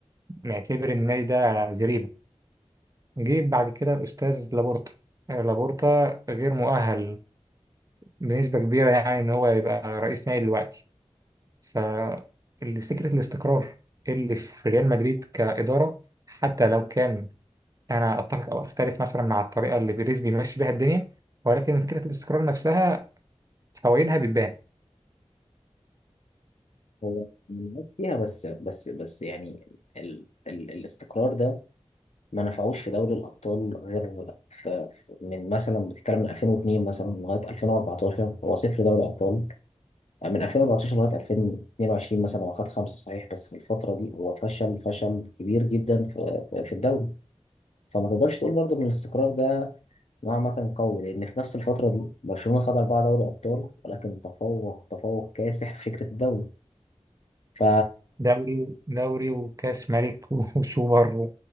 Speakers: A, on the right (about 30°); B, on the left (about 85°).
A: معتبر النادي ده زريبه جه بعد كده الاستاذ لابورتا آه، لابورتا غير مؤهل بنسبه كبيره يعني ان هو يبقى رئيس نادي دلوقتي ففكرة الاستقرار اللي في ريال مدريد كإدارة حتى لو كان أنا أتفق أو أختلف مثلا مع الطريقة اللي بيريز بيمشي بيها الدنيا ولكن فكرة الاستقرار نفسها فوائدها بتبان
B: هو مميز فيها بس بس بس يعني ال ال الاستقرار ده ما نفعوش في دوري الأبطال غير في من مثلا بتتكلم من 2002 مثلا لغاية 2014 هو صفر دوري أبطال من 2014 لغاية 2022 مثلا هو خد خمسة صحيح بس في الفترة دي هو فشل فشل كبير جدا في في في الدوري فما تقدرش تقول برضه ان الاستقرار ده نوعا ما كان قوي لأن في نفس الفترة دي برشلونة خد أربعة دوري أبطال ولكن تفوق تفوق كاسح في فكرة الدوري ف
A: دوري دوري وكأس ملك <laughs> وسوبر و...